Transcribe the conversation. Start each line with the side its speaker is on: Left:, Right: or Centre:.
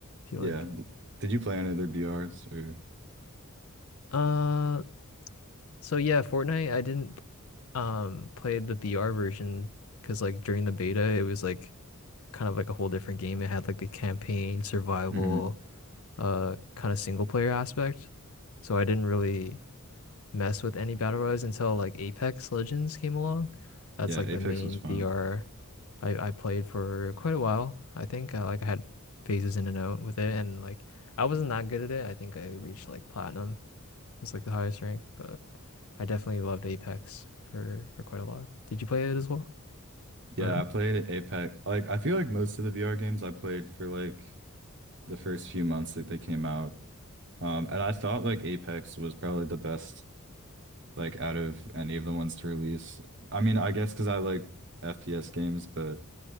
Left: I feel
Right: Yeah.
Left: like.
Right: D- Did you play any other BRs or?
Left: Uh so yeah, Fortnite I didn't um play the VR version because like during the beta it was like kind of like a whole different game. It had like the campaign, survival,
Right: hmm
Left: uh, kind of single player aspect. So I didn't really mess with any battle royals until like Apex Legends came along. That's
Right: Yeah,
Left: like
Right: Apex
Left: the main
Right: was fun.
Left: BR I, I played for quite a while. I think uh, like I had phases in and out with it, and like I wasn't that good at it. I think I reached like platinum was like the highest rank, but I definitely loved Apex for for quite a lot. Did you play it as well,
Right: Yeah,
Left: or
Right: I played Apex. Like, I feel like most of the VR games I played for like the first few months that they came out. Um, and I thought like Apex was probably the best like out of any of the ones to release. I mean, I guess because I like FPS games, but.